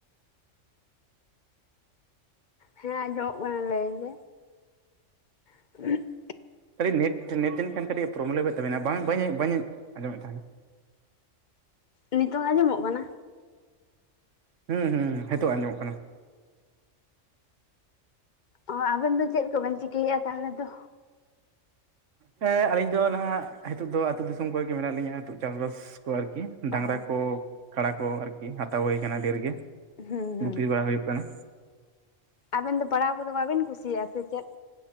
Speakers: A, on the left (about 45°); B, on the right (about 70°).
A: ᱦᱮᱸ ᱟᱸᱡᱚᱢᱚᱜ ᱠᱟᱱᱟ᱾ ᱞᱟᱹᱭ ᱢᱮ? <unintelligible>
B: ᱱᱮᱴ ᱱᱮᱴ ᱫᱱ ᱠᱷᱟᱱ ᱠᱟᱹᱴᱤᱡ ᱯᱨᱚᱵᱞᱚᱢ ᱦᱩᱭᱩᱜ ᱛᱟᱵᱮᱱᱟ ᱵᱟᱝᱧ ᱵᱟᱹᱧ ᱟᱸᱡᱚᱢᱮᱫ ᱛᱟᱦᱮᱱᱟ
A: ᱱᱤᱛᱚᱝ ᱟᱸᱡᱚᱢᱚᱜ ᱠᱟᱱᱟ?
B: ᱦᱩᱸ ᱦᱩᱸ ᱦᱤᱛᱳᱜ ᱟᱸᱡᱚᱢᱚᱜ ᱠᱟᱱᱟ
A: ᱚ ᱟᱵᱮᱱ ᱫᱚ ᱪᱮᱫ ᱠᱚᱵᱮᱱ ᱪᱤᱠᱟᱹᱭᱮᱫᱼᱟ ᱛᱟᱞᱮ ᱫᱚ
B: ᱦᱮᱸ ᱟᱞᱤᱧ ᱫᱚ ᱱᱟᱦᱟᱜ ᱦᱟᱤᱛᱚᱜ ᱫᱚ ᱟᱛᱳ ᱫᱤᱥᱚᱢ ᱠᱚᱨᱮ ᱜᱮ ᱢᱮᱱᱟᱜ ᱞᱤᱧᱟ ᱛᱚ ᱪᱟᱥ ᱵᱟᱟᱥ ᱠᱚ ᱟᱨᱠᱤ ᱰᱟᱝᱨᱟ
A: ᱚ
B: ᱠᱚ ᱠᱟᱲᱟ ᱠᱚ ᱟᱨᱠᱤ ᱦᱟᱛᱟᱣ ᱦᱳᱭ ᱟᱠᱟᱱᱟ ᱰᱷᱮᱨ ᱜᱮ
A: ᱦᱩᱸ ᱦᱩᱸ
B: ᱜᱩᱯᱤ ᱵᱟᱝ ᱦᱳᱭᱳᱜ ᱠᱟᱱᱟ
A: ᱟᱵᱮᱱ ᱫᱚ ᱯᱟᱲᱦᱟᱣ ᱠᱚᱫᱚ ᱵᱟᱵᱮᱱ ᱠᱩᱥᱤᱭᱟᱜᱼᱟ ᱥᱮ ᱪᱮᱫ?